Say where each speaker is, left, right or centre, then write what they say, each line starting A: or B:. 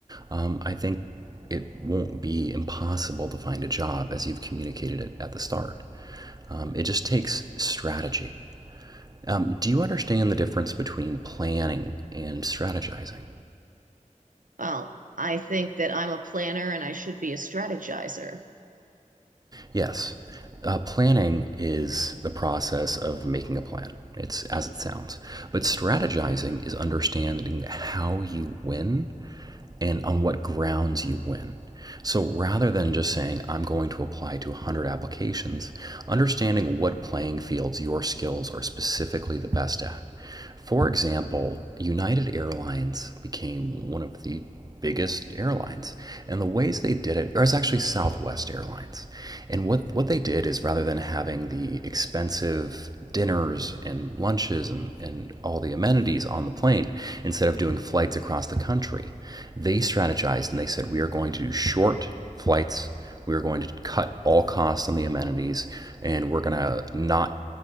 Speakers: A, on the right; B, on the right.
A: um, I think it won't be impossible to find a job as you've communicated it at the start. Um, it just takes strategy. Um, do you understand the difference between planning and strategizing?
B: well, I think that I'm a planner and I should be a strategizer.
A: Yes. Uh, planning is the process of making a plan. It's as it sounds. But strategizing is understanding how you win and on what grounds you win. So rather than just saying, I'm going to apply to 100 applications, understanding what playing fields your skills are specifically the best at For example, United Airlines became one of the biggest airlines. And the ways they did it, or it's actually Southwest Airlines. And what, what they did is rather than having the expensive dinners and lunches and, and all the amenities on the plane, instead of doing flights across the country, they strategized and they said, we are going to do short flights we are going to cut all costs on the amenities, and we're going to not